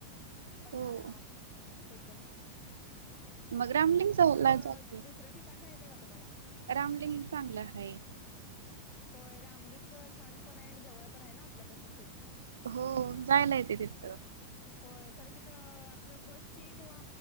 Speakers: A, on the left (about 35°); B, on the right (about 65°).
A: पन्हाळा
B: हो
A: अस एकदम
B: मग रामलिंग
A: आणि कोणत
B: ला जाते
A: दुसर ठिकाण माहित आहे का तुम्हाला?
B: रामलिंग चांगल आहे.
A: होय रामलिंग छान पण आहे, आणि जवळ पण आहे ना आपल्यापासून खूप.
B: हो जायल आहे ते तिथ.
A: होय खर तिथ आपल बसची किंवा